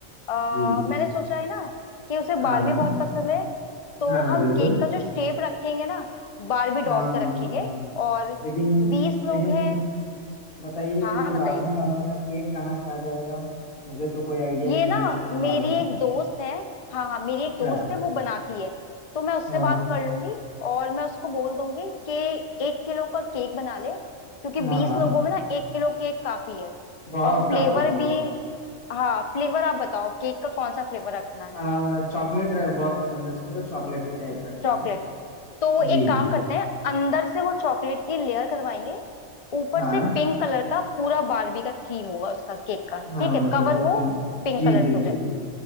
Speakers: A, on the left (about 60°); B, on the left (about 90°).
A: आ,
B: जी
A: मैंने सोचा है ना कि उसे
B: हाँ
A: बारबी
B: हाँ
A: बहुत पसंद है तो
B: हाँ हाँ
A: हम
B: बिल्कुल
A: केक का जो शेप रखेंगे ना बारबी
B: हाँ
A: डॉल
B: हाँ, हाँ,
A: का रखेंगे
B: हाँ।
A: और
B: लेकिन
A: बीस लोग
B: लेकिन
A: हैं
B: बताइए
A: हाँ हाँ
B: ये
A: बताइए
B: बार्बी डॉल वाला केक कहाँ से आ जाएगा मुझे तो कोई आइडिया
A: ये
B: नहीं
A: ना
B: है ये सब के
A: मेरी
B: बारे में
A: एक दोस्त है हाँ हाँ मेरी
B: अच्छा
A: एक दोस्त है वो बनाती है तो मैं उससे
B: हाँ
A: बात कर लूंगी और मैं उसको बोल दूंगी कि एक किलो का केक बना ले क्योंकि
B: हाँ
A: बीस
B: हाँ
A: लोगों में ना एक किलो केक काफी है
B: बहुत
A: और फ्लेवर
B: काफी है
A: भी
B: बहुत काफी
A: हाँ फ्लेवर आप बताओ केक का कौन सा फ्लेवर रखना है
B: आ चॉकलेट बहुत पसंद है इसको तो चॉकलेट ही टाइप करते
A: चॉकलेट
B: हैं
A: तो एक
B: जी
A: काम करते हैं अंदर से वो चॉकलेट की लेयर करवाएंगे ऊपर
B: हाँ
A: से पिंक कलर का पूरा बारबी का थीम होगा उसका केक का
B: हाँ
A: ठीक है
B: मतलब
A: कवर
B: कोटिंग
A: वो पिंक
B: जी
A: कलर
B: बिल्कुल
A: से हो जाए